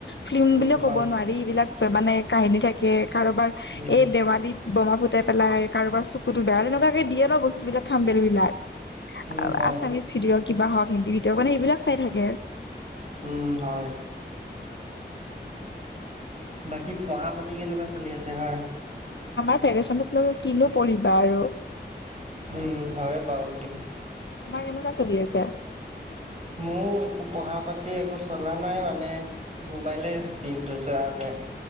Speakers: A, on the left; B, on the right.
A: ফিল্ম
B: উম
A: বুলি
B: হয়
A: ক'ব নোৱাৰি এইবিলাক, মানে কাহিনী থাকে কাৰোবাৰ
B: উম
A: এই দেৱালীত বমা ফুটাই পেলাই কাৰোবাৰ চকুতো বেয়া এনেকুৱাকে দিয়ে ন বস্তু বিলাক থামবেল বিলাক
B: উম হয়
A: আছামিচ ভিডিঅ' কিবা হওঁক হিন্দী ভিডিঅ' মানে এইবিলাক চাই থাকে
B: হুম হয় বাকী পঢ়া প্ৰতি কেনেকুৱা চলি আছে হয়
A: আমাৰ ফেৰেচনত ন কিনো পঢ়িবা আৰু
B: উম হয় বাৰু সেইটো
A: তোমাৰ কেনেকুৱা চলি আছে
B: মোৰ একো পঢ়া পাতি একো চলা নাই মানে মোবাইলে দিনটো চোৱা যায়